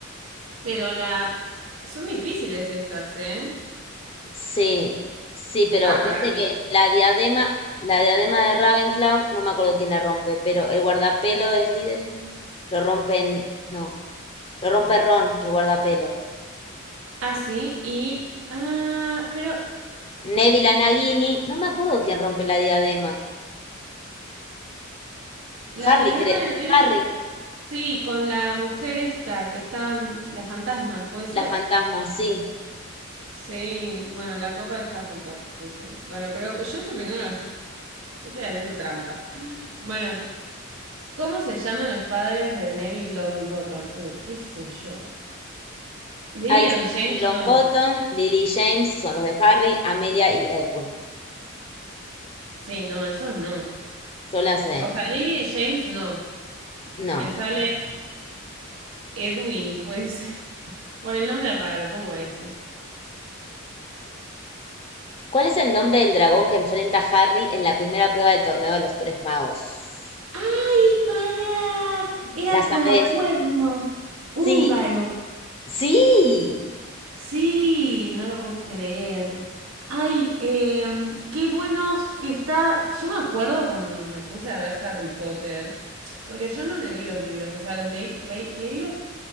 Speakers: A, on the right (about 90°); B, on the left (about 30°).
A: Pero la... Son difíciles estas, ¿eh?
B: Sí, sí, pero
A: Va,
B: viste
A: para mí.
B: que la diadema, la diadema de Ravenclaw, no me acuerdo quién la rompe, pero el guardapelo de Slytherin lo rompen. No, lo rompe Ron, el guardapelo.
A: Ah, sí, y... Ah, pero
B: Neville a Nagini, no me acuerdo quién rompe la diadema.
A: la
B: Harry
A: diadema
B: creo,
A: de Ravenclaw...
B: Harry,
A: Sí, con la mujer esta, que estaba... en- La fantasma, ¿puede ser?
B: las fantasmas, sí,
A: Sí, bueno, la copa de Hufflepuff puse. Bueno, pero yo estoy poniendo... <laughs> Yo estoy haciendo trampa. Bueno, ¿cómo se llaman los padres de Neville Longbottom? Uh, qué sé yo. Lily
B: Alice
A: and James
B: Longbottom,
A: no.
B: Lily James, que son los de Harry, Amelia y Edwin.
A: Sí, no, esos no.
B: Yo las sé.
A: O sea, Lily y James no.
B: No.
A: Me sale Edwin, puede ser. <laughs> Por el nombre raro, pongo ese.
B: ¿Cuál es el nombre del dragón que enfrenta a Harry en la primera prueba del torneo de los tres magos?
A: ¡Ay, pará! Era
B: ¿La sabés?
A: Colacuerno, húngaro.
B: Sí, sí,
A: Sí, no lo puedo creer. Ay, em, qué buenos que está. Yo me acuerdo cuando me puse a ver Harry Potter, porque yo no leí los libros, o sea, los leí, re- leí los,